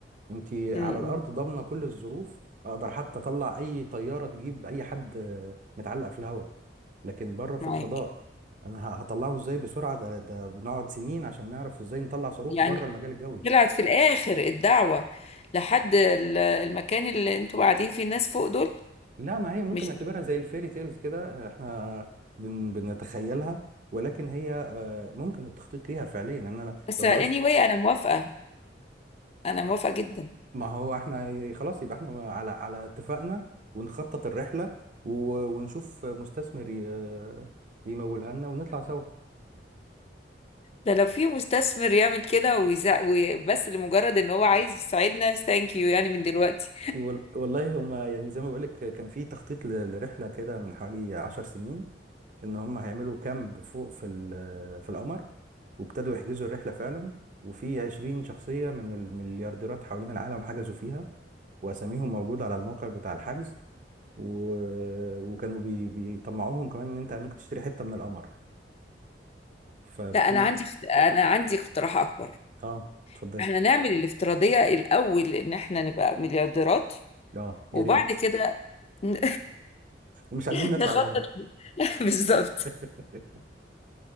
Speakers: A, on the right (about 45°); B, on the left (about 35°).
A: انت على
B: امم
A: الارض ضامنه كل الظروف اقدر حتى اطلع اي طياره تجيب اي حد آه، متعلق في الهواء لكن بره في
B: معاك
A: الفضاء انا ه- هطلعه ازاي بسرعه ده ده بنقعد سنين عشان نعرف ازاي نطلع صاروخ
B: يعني
A: بره المجال الجوي
B: طلعت في الاخر الدعوة لحد ال- المكان اللي انتوا قاعدين فيه الناس فوق دول
A: لا ما هي ممكن
B: مش
A: نعتبرها زي الفيري تيلز كده آه، احنا بن بنتخيلها ولكن هي آه، ممكن التخطيط ليها فعليا يعني انا
B: <laughs>
A: ل-
B: بس
A: لو
B: anyway
A: درست
B: انا موافقة انا موافقة
A: آه،
B: جدا
A: ما هو احنا ي- خلاص يبقى احنا على على اتفاقنا ونخطط الرحلة و- ونشوف مستثمر ي- يمولها لنا ونطلع سوا
B: ده لو في مستثمر يعمل كده ويسا... وي- بس لمجرد ان هو عايز يساعدنا ثانك يو يعني من دلوقتي
A: وال- والله هما يعني زي ما بقولك كان في تخطيط ل- لرحلة كده من حوالي عشر سنين ان هم هيعملوا كامب فوق في ال- في القمر وابتدوا يحجزوا الرحلة فعلا وفي 20 شخصية من المليارديرات حوالين العالم حجزوا فيها وأساميهم موجودة على الموقع بتاع الحجز و... وكانوا بي... بيطمعوهم كمان إن أنت ممكن تشتري حتة من القمر ففي
B: لا انا عندي اخت- انا عندي اقتراح اكبر
A: آه اتفضلي
B: احنا نعمل الافتراضية الأول إن احنا نبقى مليارديرات
A: آه يا
B: وبعد
A: ريت
B: كده ن-
A: ومش عايزين
B: <laughs>
A: نطلع
B: نخطط
A: القمر
B: ل- <laughs> بالظبط
A: <laughs>